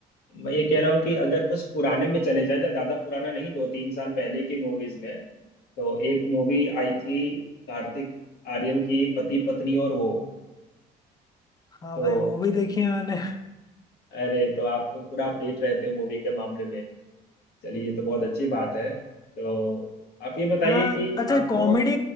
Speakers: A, on the left; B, on the left.
A: मैं ये कह रहा हूँ कि अगर कुछ पुराने में चले जाए ज्यादा पुराना नहीं दो तीन साल पहले की मूवीज में तो एक मूवी आई थी कार्तिक आर्यन की पति पत्नी और वो
B: हाँ
A: तो
B: भाई वो भी देखी है मैंने
A: अरे तो आप तो पूरा अपडेट रहते हो मूवी के मामले में चलिए ये तो बहुत अच्छी बात है तो आप ये बताइए
B: हाँ
A: कि
B: अच्छा
A: आपको
B: कॉमेडी